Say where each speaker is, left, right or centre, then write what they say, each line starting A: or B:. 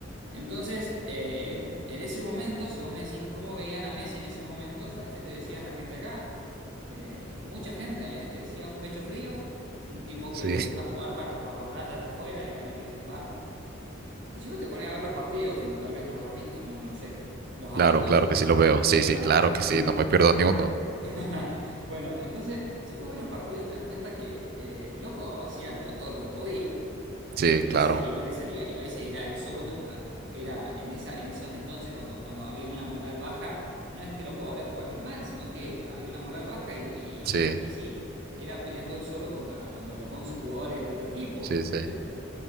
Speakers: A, on the right (about 65°); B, on the right (about 50°).
A: Entonces, eh, en ese momento, si vos me decís cómo veían a Messi en ese momento, ¿sabés qué te decían la gente acá? Eh, mucha gente, ¿eh? Te decía un pecho frío, un tipo
B: sí.
A: que le gusta jugar para, por la plata allá afuera y acá no quiere jugar. Y si vos te ponés a ver los partidos, que tal vez los has visto, no, no sé. ¿Los has
B: Claro,
A: visto?
B: claro que sí lo veo. Sí, sí,
A: Ah,
B: claro que
A: bueno.
B: sí, no me pierdo ni uno.
A: <laughs> Bueno, entonces, si vos ves los partidos, te das cuenta que eh, el loco hacía lo- todo lo que podía.
B: Sí,
A: Y a veces,
B: claro.
A: y no le salía, y a veces era él solo contra, era en esa, en esos entonces cuando, cuando había una moral baja, no es que los jugadores jugaron mal, sino que había una moral baja y,
B: Sí,
A: y Messi era peleando él solo contra, contra los 11 jugadores del otro equipo,
B: sí,
A: ¿me entendés?
B: sí,